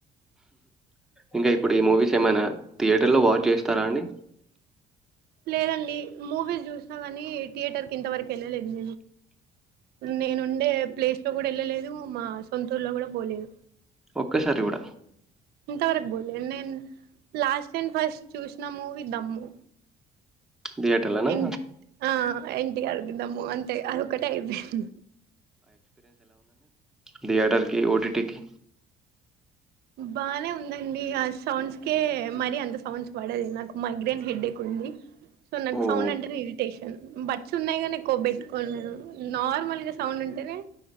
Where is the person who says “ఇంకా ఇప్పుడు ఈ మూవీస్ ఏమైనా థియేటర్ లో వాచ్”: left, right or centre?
Centre